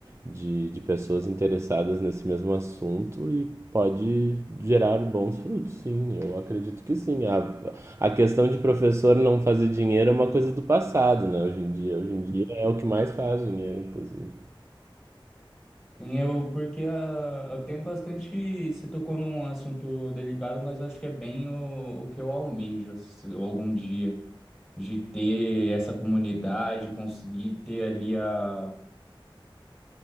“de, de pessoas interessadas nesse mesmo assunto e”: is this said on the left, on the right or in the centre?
Right